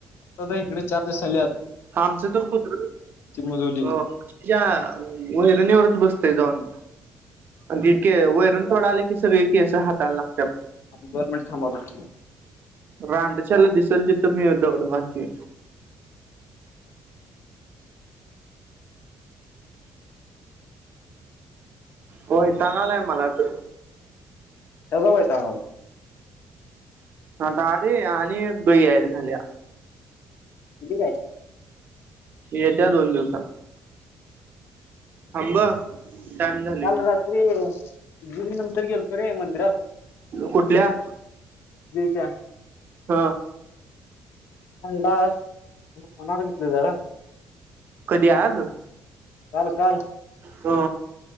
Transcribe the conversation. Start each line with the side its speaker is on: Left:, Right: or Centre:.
Left: आता इकडे चार दिस झाले.
Right: हा आमचं तर कुत
Left: मुजवली
Right: वहिरणीवरच बसते जाऊन. आणि जे वैरण तोडाले कि सगळे केस हातायला लागतात
Left: दोन मिनिट थांबा आता
Right: रडशला दिसेल तिथं मी दगड घालते. होय चांगलाय मला. ट
Left: त्याचा वयताला.
Right: हता अरे आणि गई याल झाल्या.
Left: <unintelligible> काय?
Right: येत्या दोन दिवसात. थांब. टाइम झाली
Left: काल रात्री दिड नंतर गेलतो रे मंदिरात.
Right: कुठल्या?
Left: त्या
Right: हा.
Left: लास <unintelligible> जरा.
Right: कधी आज?
Left: काल. काल.
Right: हो.